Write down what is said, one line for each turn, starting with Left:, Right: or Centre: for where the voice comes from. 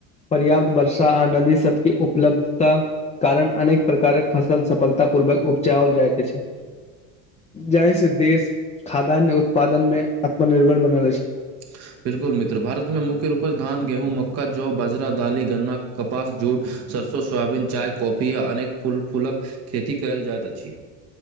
Left: पर्याप्त वर्षा आ नदी सबके उपलब्धता कारण अनेक प्रकारक फसल सफलता पूर्वक उपजाओल जाइत अछि। जाहिसं देश खाद्यान्य उत्पादन में आत्मनिर्भर बनल अछि।
Right: <inaudible> बिलकुल मित्र भारत मे मुख्य रूपसँ धान, गेहूँ, मक्का, जौ, बाजरा, दालि, गन्ना, कपास, सरस स सोयाबीन चाय कॉफी आ अनेक फूल फूलक खेती कयल जाइत अछि।